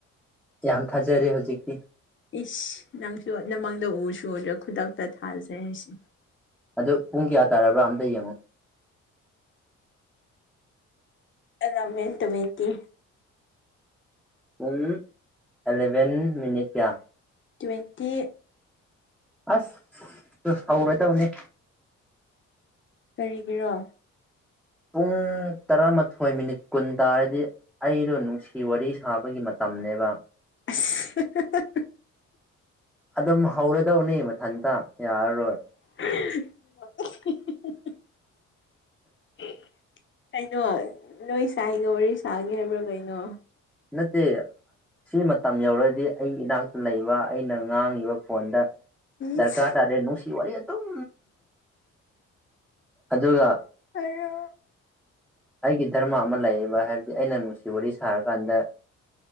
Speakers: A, in the centre; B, on the left.
A: ꯌꯥꯝ ꯊꯥꯖꯔꯦ ꯍꯧꯖꯤꯛꯇꯤ
B: ꯏꯁ ꯅꯪꯁꯨ ꯅꯃꯪꯗ ꯎꯁꯨ ꯎꯗ꯭ꯔ ꯈꯨꯗꯛꯇ ꯊꯥꯖꯩ ꯍꯥꯏꯁꯦ
A: ꯑꯗꯨ ꯄꯨꯡ ꯀꯌꯥ ꯇꯥꯔꯕ꯭ꯔꯥ ꯑꯝꯇ ꯌꯦꯡꯉꯣ
B: ꯑꯦꯂ ꯃꯦꯟ ꯇꯣꯑꯦꯟꯇꯤ
A: ꯄꯨꯡ ꯑꯦꯂꯚꯦꯟ ꯃꯤꯅꯤꯠ ꯀꯌꯥ
B: ꯇ꯭ꯋꯦꯟꯇꯤ
A: ꯑꯁ ꯍꯧꯔꯥꯗꯧꯅꯤ
B: ꯀꯔꯤꯒꯤꯔꯣ
A: ꯄꯨꯡ ꯇꯔꯥꯃꯥꯊꯣꯏ ꯃꯤꯅꯤꯠ ꯀꯨꯟ ꯇꯥꯔꯗꯤ ꯑꯩꯗꯣ ꯅꯨꯡꯁꯤ ꯋꯥꯔꯤ ꯁꯥꯕꯒꯤ ꯃꯇꯝꯅꯦꯕ
B: <unintelligible>
A: ꯑꯗꯨꯝ ꯍꯧꯔꯗꯧꯅꯤ ꯃꯊꯟꯇ ꯌꯥꯔꯔꯣꯏ
B: <inaudible> ꯀꯩꯅꯣ ꯅꯣꯏ ꯁꯥꯏꯒ ꯋꯥꯔꯤ ꯁꯥꯒꯦ ꯍꯥꯏꯕ꯭ꯔꯥ ꯀꯩꯅꯣ
A: ꯅꯠꯇꯦ ꯁꯤ ꯃꯇꯝ ꯌꯧꯔꯗꯤ ꯑꯩꯒꯤ ꯏꯅꯥꯛꯇ ꯂꯩꯕ ꯑꯩꯅ ꯉꯥꯡꯉꯤꯕ ꯐꯣꯟꯗ ꯗꯔꯀꯥꯔ
B: ꯏꯁ
A: ꯇꯥꯗꯦ ꯅꯨꯡꯁꯤ ꯋꯥꯔꯤ ꯑꯗꯨꯝ ꯑꯗꯨꯒ
B: ꯑꯌꯣ
A: ꯑꯩꯒꯤ ꯙꯔꯃ ꯑꯃ ꯂꯩꯌꯦꯕ ꯍꯥꯏꯕꯗꯤ ꯑꯩꯅ ꯅꯨꯡꯁꯤ ꯋꯥꯔꯤ ꯁꯥꯔꯀꯥꯟꯗ